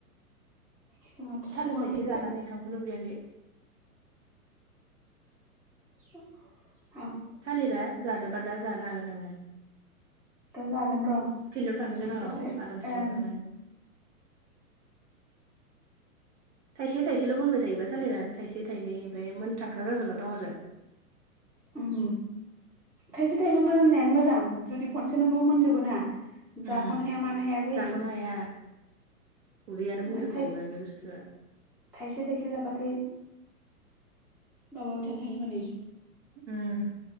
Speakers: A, in the centre; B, on the right (about 50°).
A: जोंहाथ'
B: थालिर
A: सङाखै
B: थाइसे जानानै ओंखामखौनो उखैयाखै
A: <unintelligible>
B: थालिरा जानोबा दा जानो हागोन नोङो।
A: दा जागोन र'
B: फिल्डाव थांनो गोनांआव
A: एसेसो
B: आरामसे
A: ओं
B: जाना थांनो हागोन। <inaudible> थाइसे थाइसेल' मोनबाय थायोबा थालिरानो थाइसे थाइनै ओमफ्राय मोनथांख्रा जाजोबना दं आरो।
A: उम थाइसे थाइनै मोननायानो मोजां जुदि खनसेनोबो मोनजोबो ना
B: उम
A: जाख'नो हाया मानो हाया जायो
B: जाख'नो हाया उदैयानो बुंजोबखायोबा
A: माने थाइसे
B: बे बुस्थुआ
A: थाइसे थाइसे जाबाथाय माबाबो थानो हायो माने
B: उम